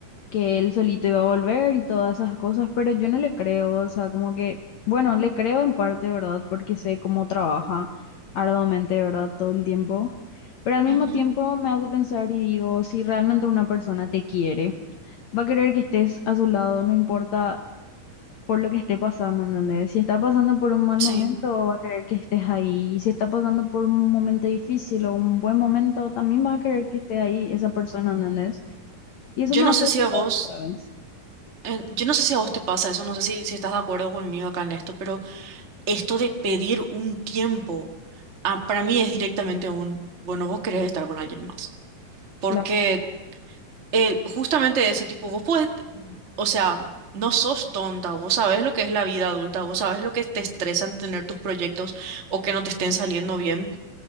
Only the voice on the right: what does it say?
Ujú,
Sí.
Yo
no
sé
si a vos,
eh, yo no sé si a vos te pasa eso, no sé si, si estás de acuerdo conmigo acá en esto, pero esto de pedir un tiempo, ah, para mí es directamente un, bueno, vos querés estar con alguien más. Porque
el, justamente eso, tipo, vos podés, o sea, no sos tonta, vos sabés lo que es la vida adulta, vos sabés lo que te estresan tener tus proyectos o que no te estén saliendo bien.